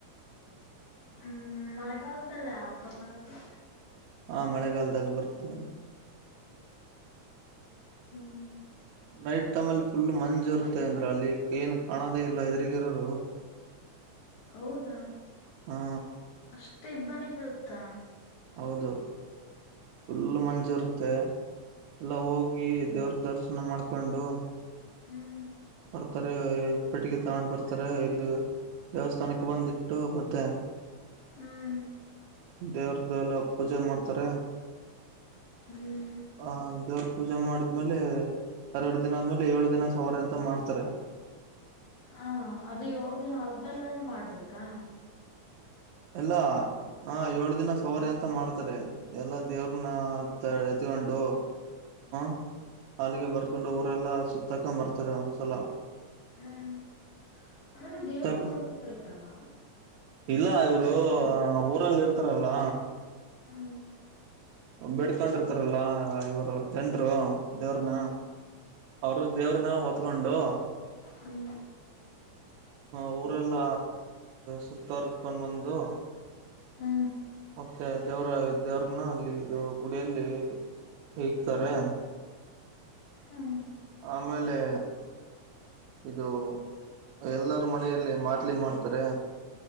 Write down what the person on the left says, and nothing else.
ಹ್ಮ್ ಮಳೆಗಲದಲ್ಲ ಹಬ್ಬ ಬರೋದು.
ಹ್ಮ್
ಹೌದಾ
ಅಷ್ಟ ಇಬ್ಬನೀ ಬೀಳುತ್ತಾ
ಹ್ಮ್
ಹ್ಮ್
ಹ್ಮ್
ಹ್ಮ್
ಹಾ ಅದು ಏಳ್ ದಿನ ಆದ್ಮೇಲೆನೆ ಮಾಡ್ಬೇಕಾ.
ಹ್ಮ್
ಹ್ಮ್ ಅಂದ್ರೆ
ದೇವರುಗಳು ಸುತ್ತಿರ್ತಾವ.
ಹ್ಮ್
ಹ್ಮ್
ಹ್ಮ
ಹಾ
ಹಾ